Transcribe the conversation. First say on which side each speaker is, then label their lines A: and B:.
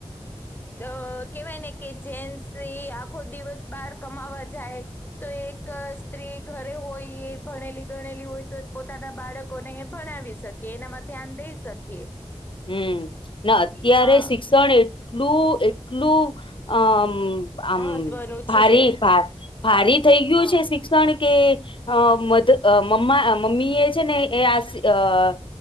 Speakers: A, on the left; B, on the left.
A: અ કેવાય ને કે જેન્સ એ આખો દિવસ બાર કમાવા જાય. તો એક સ્ત્રી ઘરે હોય એ ભણેલી ગણેલી હોય તો પોતાના બાળકોને ભણાવીશ શકીએ એમાં ધ્યાન દઈ શકીએ...
B: હમ. અત્યારે
A: હા
B: શિક્ષણ એ એકલું એકટલું અમ... આમ
A: મહત્વનું
B: ભારી,
A: છે
B: ભારી થઈ ગયું
A: હા
B: છે શિક... ણ કે મધ મમ્ મમ્મી એ છે ને એ આ,...